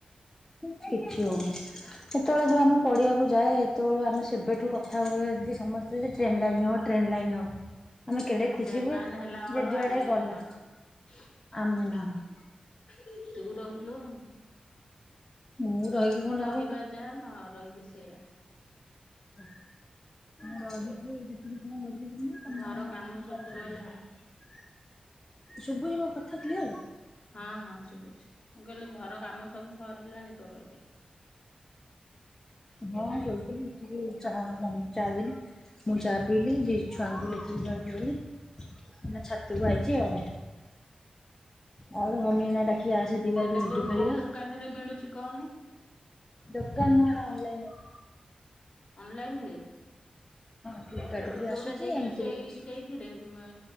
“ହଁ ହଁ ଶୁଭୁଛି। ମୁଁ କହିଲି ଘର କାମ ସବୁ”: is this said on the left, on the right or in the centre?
Left